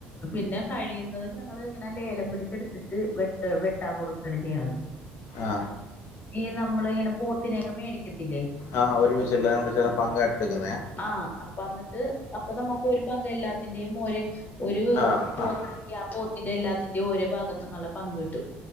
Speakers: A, on the left; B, on the left.
A: പിന്നെ കഴിയുന്നതും ഞങ്ങള് ഇങ്ങനെ ലേലം പിടിച്ചെടുത്തിട്ട് വെട്ട് വെട്ടാൻ കൊടുക്കാണ് ചെയ്യണത്
B: ആഹ്
A: ഈ നമ്മള് ഇങ്ങനെ പോത്തിനെയൊക്കെ മേടിക്കത്തില്ലേ
B: ആഹ് ഒരുമിച്ച് എല്ലാം കൂടെ ചേർന്ന് പങ്കായിട്ട് എടുക്കുന്നെ
A: ആഹ് അപ്പ എന്നിട്ട് അപ്പൊ നമുക്ക് ഒരു പങ്ക് എല്ലാത്തിന്റെയും ഒരേ ഒരു
B: ആഹ്
A: പോ
B: ആഹ്
A: ആഹ് പോത്തിന്റെ എല്ലാത്തിന്റേം ഓരോ ഭാഗത്തുന്നുള്ള പങ്ക് കിട്ടും